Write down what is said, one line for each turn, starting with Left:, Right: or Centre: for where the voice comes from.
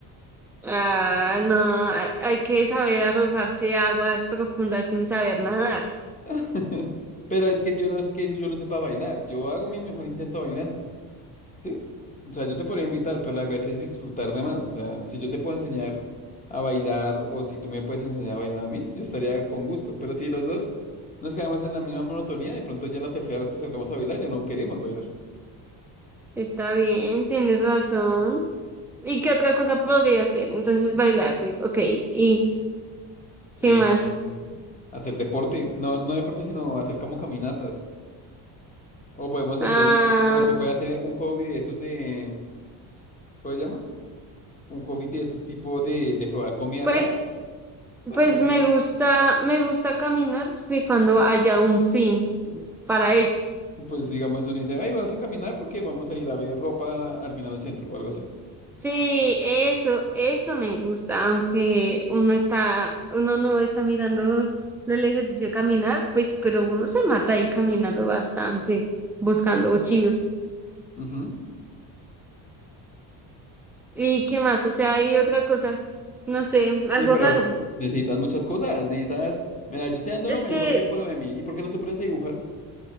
Centre: Ah, no, hay, hay que saber arrojarse a aguas profundas sin saber nadar.
Left: <laughs> Pero es que yo no es que yo no sepa bailar, yo hago mi mejor intento bailando. Sí, o sea, yo te podría invitar, pero la gracia es disfrutar de más. O sea, si yo te puedo enseñar a bailar o si tú me puedes enseñar a bailar a mí, yo estaría con gusto. Pero si los dos nos quedamos en la misma monotonía, de pronto ya la tercera vez que salgamos a bailar ya no queremos bailar.
Centre: Está bien, tienes razón. ¿Y qué otra cosa podría hacer? Entonces bailar, y- ok. ¿Y qué
Left: Eh,
Centre: más?
Left: hacer deporte, no, no deporte, sino hacer como caminatas. O podemos
Centre: Ah,
Left: hacer, em- o se puede hacer un hobby de esos de, ¿cómo se llama? Un hobby de esos tipo de, de probar comida
Centre: pues,
Left: rara. También
Centre: pues
Left: es
Centre: me
Left: bueno.
Centre: gusta, me gusta caminar siempre y cuando haya un fin para ello.
Left: Pues digamos, uno dice, ay, vas a caminar porque vamos a ir a ver ropa al final del centro o algo así.
Centre: Sí, eso, eso me gusta, aunque uno está, uno no está mirando el ejercicio de caminar, pues, pero uno se mata ahí caminando bastante, buscando chidos.
Left: Ujú.
Centre: ¿Y qué más? O sea, hay otra cosa, no sé,
Left: Uy,
Centre: algo
Left: pero
Centre: raro.
Left: necesitas muchas cosas, necesitas, mira, yo estoy dando
Centre: Es
Left: lo mejor
Centre: que
Left: que puedo de mí. ¿Y por qué no te pones a dibujar?